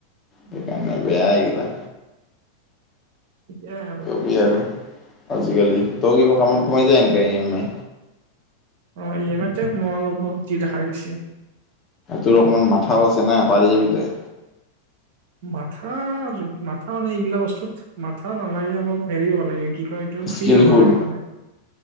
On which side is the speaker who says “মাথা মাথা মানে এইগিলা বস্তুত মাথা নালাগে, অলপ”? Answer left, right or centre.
Right